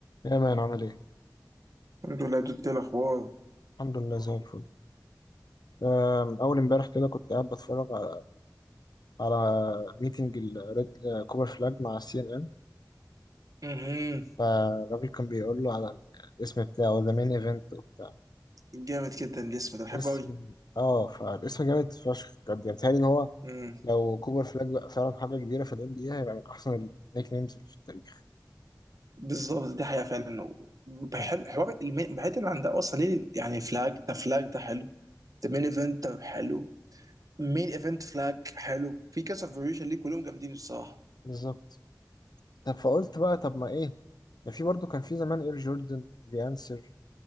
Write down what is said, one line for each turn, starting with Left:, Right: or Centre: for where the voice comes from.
Left: يا مان عامل ايه؟
Right: الحمد لله دود إيه الاخبار
Left: الحمد لله زي الفل أم، أول امبارح كده كنت قاعد بتفرج على على ميتنج الريد كوبر فلاج مع سي ان ان
Right: امم
Left: فالراجل كان بيقول له على الاسم بتاعه ذا مين ايفنت وبتاع
Right: جامد جدا الاسم ده بحبه
Left: اسم
Right: قوي
Left: اه فالاسم جامد فشخ بجد يعني بيتهيألي إن هو
Right: امم
Left: لو كوبر فلاج بقى فعلا حاجة كبيرة في الام بي اي هيبقى من أحسن النيك نيمز اللي في التاريخ
Right: بالظبط دي حقيقه فعلا بحل
Left: يعني
Right: حوار المين بعيدا عن ده اصلا ليه يعني فلاج ده فلاج ده حلو ده مين ايفنت ده حلو مين ايفنت فلاج حلو في كذا فيريشن ليه كلهم جامدين الصراحه
Left: بالظبط طب فقلت بقى طب ما ايه ده في برضه كان في زمان اير جوردن ذا انسر